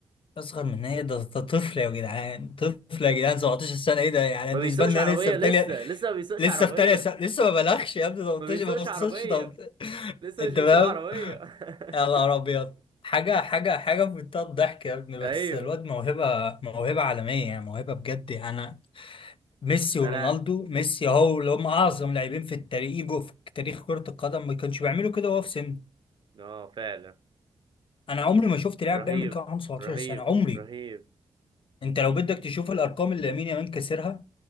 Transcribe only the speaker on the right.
ما
بيسوقش
عربية
لسه
لسه ما بيسوقش
عربية
ما بيسوقش
عربية
لسه
مش بيسوق
عربية <laughs>
أيوه
أنا
آه فعلا
رهيب
رهيب
رهيب